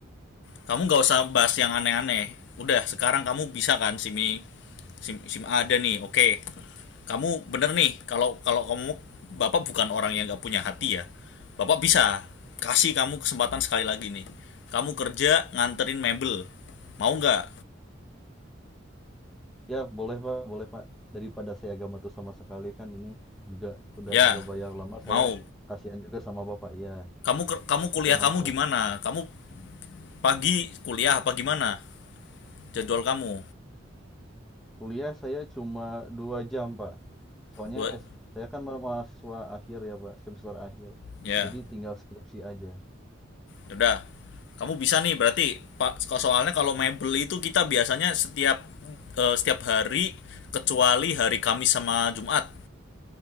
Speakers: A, on the left; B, in the centre.
A: kamu gak usah bahas yang aneh-aneh udah sekarang kamu bisa kan sim ini sim sim ada nih oke Okay. kamu bener nih kalau kalau kamu bapak bukan orang yang gak punya hati ya bapak bisa kasih kamu kesempatan sekali lagi nih kamu kerja nganterin mebel mau nggak
B: Ya boleh Pak, boleh Pak. Daripada saya gak matu sama sekali kan ini juga udah
A: ya
B: nggak bayar lama saya
A: mau
B: kasihan juga sama Bapak. Iya,
A: kamu ker- kamu kuliah
B: iya mau.
A: kamu gimana kamu pagi kuliah apa gimana jadwal kamu
B: kuliah saya cuma dua jam pak soalnya
A: dua
B: S- saya kan ma- mahasiswa akhir ya pak semester akhir
A: ya
B: jadi tinggal skripsi aja
A: Yaudah, kamu bisa nih berarti Pak so- soalnya kalau mebel itu kita biasanya setiap eh, setiap hari kecuali hari Kamis sama Jumat